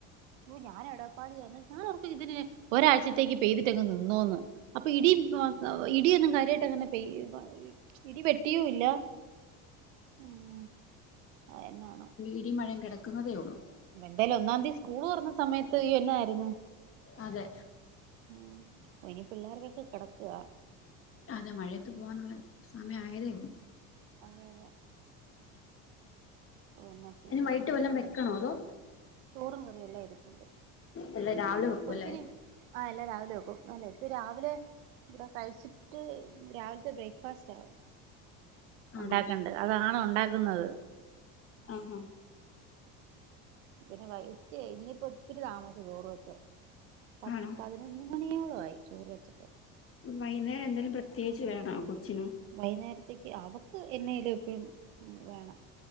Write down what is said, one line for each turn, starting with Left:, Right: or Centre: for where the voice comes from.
Right: ഓ ഞാൻ എടവപ്പാതി ഞാനോർക്കും ഇതിന് ഒരാഴ്ചത്തേക്ക് പെയ്ത്ട്ടെങ് നിന്നോന്ന് അപ്പൊ ഇടി ഇടിയൊന്നും കാര്യായിട്ട് അങ്ങനെ പെയ് ഇടി വെട്ടിയൂല്ല ഉം അയന്നാണ്
Left: ഇടിം മഴിം കെടക്കുന്നതേ ഉള്ളൂ
Right: എന്താലും ഒന്നാന്തി സ്കൂൾ തുറന്ന സമയത്ത് എന്നായിരുന്നു
Left: അതെ
Right: ഉം ഇനി പിള്ളേർക്കൊക്കെ കിടക്കാ
Left: അതെ മഴയത്ത് പോകാനുള്ള സമയം ആയതേള്ളൂ
Right: അതെ അതെ എന്നാ ചെയ്യാനാ
Left: എനി വൈകിട്ട് വല്ലതും വയ്ക്കണോ അതോ
Right: ചോറും കറിയെല്ലാം ഇരിപ്പുണ്ട്
Left: അല്ല രാവിലെ വെക്കും
Right: കൊച്ചിനി
Left: അല്ലേ
Right: ആഹ് എല്ലാം രാവിലെ വെക്കും അല്ലേ ഇപ്പൊ രാവിലെ ഇവിടെ കഴിച്ചിട്ട് രാവിൽത്തെ ബ്രേക്ക്ഫാസ്റ്റ് ആവും
Left: ആണോ
Right: ഉണ്ടാക്കണ്ട് അതാണ് ഉണ്ടാക്കുന്നത്
Left: ആഹാ
Right: പിന്നെ വച്ച് ഇനിപ്പോ ഒത്തിരി താമസം ചോറ് വെച്ചേ പത്ത്പതി
Left: ആണോ
Right: മൂന്നു മണിയോളം ആയി ചോറ് വെച്ചില്ല
Left: വൈകുന്നേരം എന്തേങ്കിലും പ്രത്യേകിച്ച് വേണോ കൊച്ചിന്
Right: വൈകുന്നേരത്തേക്ക് അവക്ക് എന്തെങ്കിലും എപ്പോഴും വേണം